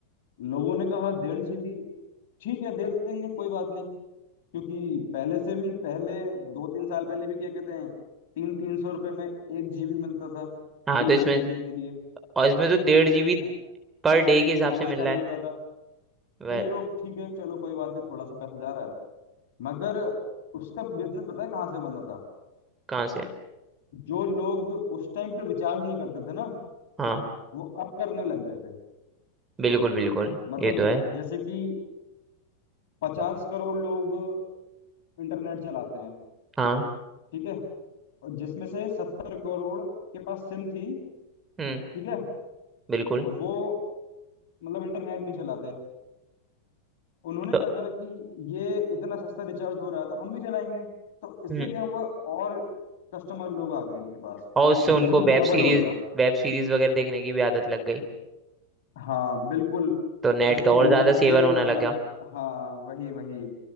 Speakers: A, on the left (about 50°); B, on the right (about 15°).
A: लोगों ने कहा डेढ़ जीबी ठीक है दे देंगे कोई बात नहीं क्योंकि पहले से भी पहले दो तीन साल पहले भी क्या कहते हैं तीन तीन सौ रुपये में एक जीबी मिलता था
B: हाँ
A: वो भी
B: तो इसमें
A: एक महीने के लिए
B: और इसमें तो डेढ़ जीबी
A: हैं,
B: पर डे के हिसाब
A: रोज
B: से मिल
A: का
B: रहा
A: मिल
B: है
A: रहा था
B: वह
A: फिर लोग ठीक है चलो कोई बात नहीं थोड़ा सा पैसा जा रहा है मगर उसका बिजनेस पता है कहाँ से बना था
B: कहाँ से
A: जो लोग उस टाइम पे रिचार्ज नहीं करते थे ना
B: हाँ
A: वो अब करने लग गए थे
B: बिल्कुल बिल्कुल
A: मतलब
B: ये तो है
A: जैसे कि पचास करोड़ लोग इंटरनेट चलाते हैं
B: हाँ
A: ठीक है और जिसमें से सत्तर करोड़ के पास सिम थी
B: हम्म
A: ठीक है
B: बिल्कुल
A: और वो मतलब इंटरनेट नहीं चलाते उन्होंने
B: तो
A: क्या करा कि ये इतना सस्ता रिचार्ज हो रहा है तो हम भी चलाएंगे तो इससे
B: हम्म
A: क्या हुआ और कस्टमर लोग आ गए इनके पास
B: और उससे
A: तो
B: उनको
A: बिजनेस
B: वेब
A: डबल
B: सीरीज
A: हो गया
B: वेब सीरीज वगैरह देखने की भी आदत लग गई
A: हाँ बिल्कुल
B: तो नेट
A: इससे
B: का और
A: यूट्यूब
B: ज्यादा
A: का
B: सेवन
A: भी
B: होने
A: मतलब
B: लगा
A: हाँ वही वही